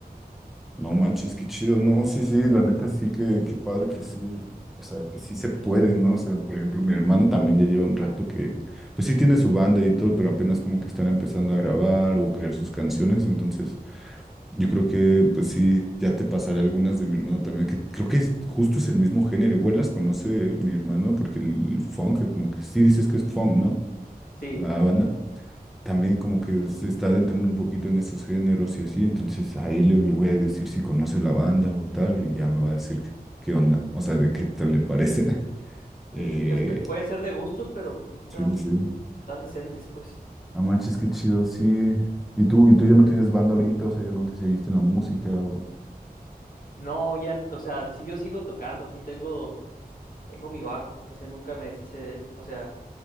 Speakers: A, in the centre; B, on the left (about 60°).
A: No manches, qué chido. No, sí, sí, la neta sí que, qué padre que sí. O sea, que sí se puede, ¿no? O sea, por ejemplo, mi hermano también ya lleva un rato que, pues sí tiene su banda y todo, pero apenas como que están empezando a grabar o crear sus canciones, entonces. Yo creo que, pues sí, ya te pasaré algunas de mi hermano también, que creo que es- justo es el mismo género. Igual las conoce mi hermano, porque el, el funk, que como que sí dices que es funk, ¿no?
B: Sí,
A: La banda. También como que se está adentrando un poquito en esos géneros y así. Entonces ahí le, le voy a decir si conoce la banda o tal, y ya me va a decir qué, qué onda, o sea, de qué tal le parece. <laughs>
B: sí,
A: Eh,
B: este, puede ser de gustos, pero aquí está,
A: sí, sí, sí.
B: están decentes, pues.
A: Ah, manches, qué chido, sí. ¿Y tú, y tú ya no tienes banda ahorita? O sea, ya no te seguiste en la música o...
B: No, ya, o sea, si yo sigo tocando, aquí tengo, tengo mi bajo, ese nunca me deshice de él. O sea,